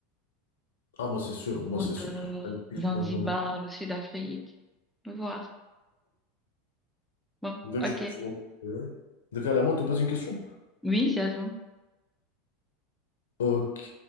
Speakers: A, on the left; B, in the centre.
A: Ah, moi, c'est sûr,
B: Rwanda,
A: moi, c'est sûr que je vais aller dès que
B: Zanzibar,
A: j'aurai un moment.
B: le Sud-Afrique. On va voir. Bon,
A: Dès
B: ok.
A: que j'aurai un moment. Ouais. Donc, allez, à moi de te poser une question.
B: Oui, c'est à toi.
A: Ok,